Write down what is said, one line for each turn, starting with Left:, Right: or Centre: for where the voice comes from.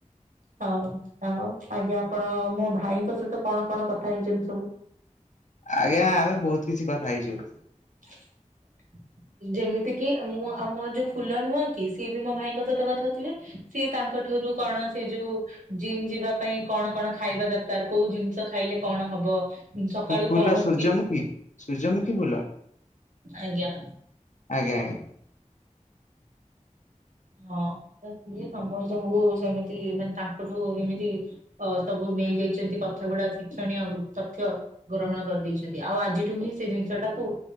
Right: ହଉ ଆଉ ଆଜ୍ଞା, ଆପଣ ମୋ ଭାଇଙ୍କ ସହିତ କଣ କଣ କଥା ହେଇଛନ୍ତି ସବୁ?
Left: ଆଜ୍ଞା ଆମେ ବହୁତ କିଛି କଥା ହେଇଛୁ।
Right: <inaudible> ଯେମିତିକି ମୁଁ ଆମ ଯୋଉ ଫୁଲ ନୁହଁ କି, ସିଏ ବି ମୋ ଭାଇଙ୍କ ସହିତ କଥା ହଉଥିଲେ। ସିଏ ତାଙ୍କ ଠାରୁ କଣ ସେ ଯୋଉ ଜିମ୍ ଯିବା ପାଇଁ କଣ କଣ ଖାଇବା ଦରକାର, କୋଉ ଜିନିଷ ଖାଇଲେ କଣ ହବ? ସକାଳୁ
Left: ଫୁଲ
Right: କଣ
Left: ସୂର୍ଯ୍ୟମୁଖୀ
Right: <unintelligible>
Left: ସୂର୍ଯ୍ୟମୁଖୀ ଫୁଲ।
Right: ଆଜ୍ଞା।
Left: ଆଜ୍ଞା ଆଜ୍ଞା।
Right: ହଁ ସିଏ ସମସ୍ତଙ୍କୁ ସେମିତି ମାନେ ତାଙ୍କଠୁ ଏମିତି ଅ ସବୁ ନେଇଯାଇଛନ୍ତି, କଥା ଗୁଡା ଶିକ୍ଷଣୀୟ ତଥ୍ୟ ଗ୍ରହଣ କରିଦେଇଛନ୍ତି, ଆଉ ଆଜିଠୁ ହିଁ ସେ ଜିନିଷ ଟାକୁ